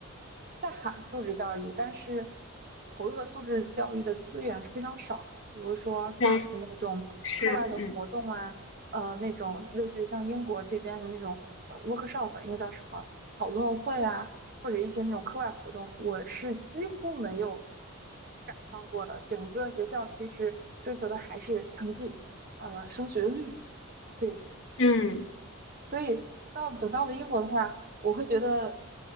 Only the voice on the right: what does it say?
在喊素质教育，但是投入的素质教育的资源是非常少的。比如说像是那种课外的活动啊，
呃，那种类似于像英国这边的那种呃 workshop，应该叫什么讨论会啊，或者一些那种课外活动，我是几乎没有赶上过的。整个学校其实追求的还是成绩，呃，升学率。对，
所以到等到了英国的话，我会觉得